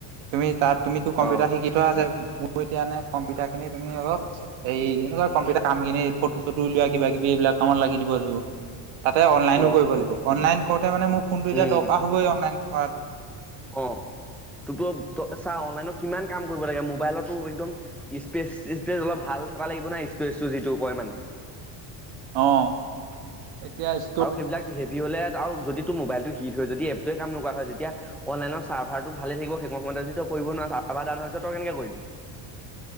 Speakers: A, on the right; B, in the centre.
A: তুমি তাত তুমিতো কম্পিউটাৰ
B: অ',
A: শিকি থোৱা আছে মোৰ এতিয়ানে কম্পিউটাৰ খিনি তুমি অলপ হেৰি এনেকুৱা কম্পিউটাৰ। <unintelligible> কাম কিনি ফটো চটো উলওা কিবা কিবি এইবিলাক আমাৰ লাগি দিব লাগিব। তাতে অনলাইনো
B: অ',
A: কৰিব
B: অ',
A: লাগিব অনলাইন কৰোতে মানে মোৰ ফোনটো এতিয়া
B: উম,
A: দৰকাৰ হ'বই অনলাইন কৰাত। <unintelligible>
B: অ তোৰতো ত চা অনলাইনত কিমান কাম কৰিব লাগে মোবাইলতো একদম স্পেচ স্পেচ অলপ ভাল। <unintelligible> ভাল থকা লাগিব ন ই যিটো কয় মানে।
A: অ। এতিয়া ষ্ট
B: আৰু সেইবিলাক সেই। যি হ'লে আৰু যদি তোৰ মোবাইলটো হিট হয় যদি এপটোৱে কাম নকৰা হয় তেতিয়া অনলাইনৰ চাৰ্ভাৰটো ভাল থিব সেই সময়। <unintelligible> য কৰিব নোৱাৰ চাৰ্ভাৰ ডাউন হৈছে তই কেনেকে কৰিবি।